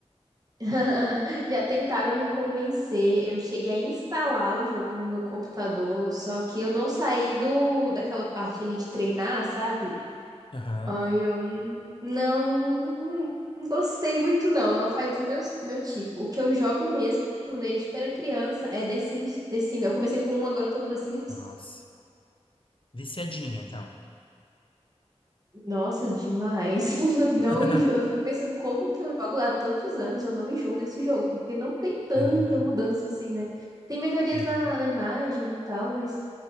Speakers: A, on the right; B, on the left.
A: <laughs> Já tentaram me convencer. Eu cheguei a instalar o jogo no meu computador, só que eu não saí do daquela parte ali de treinar, sabe?
B: Aham.
A: Aí eu n- não, não, não- não gostei muito não, não faz meu, meu tipo. O que eu jogo mesmo desde que eu era criança é The Sims, The Sims. Eu comecei com um, agora eu tô no The Sims
B: Nossa. Viciadinha, então.
A: Nossa, demais. <laughs> Não
B: <laughs>
A: enjoo. Eu fico pensando como que eu jogo há tantos anos e eu não enjoo desse jogo, porque não tem tanta
B: Aham.
A: mudança assim, né? Tem melhorias
B: Aham.
A: na, na imagem e tal, mas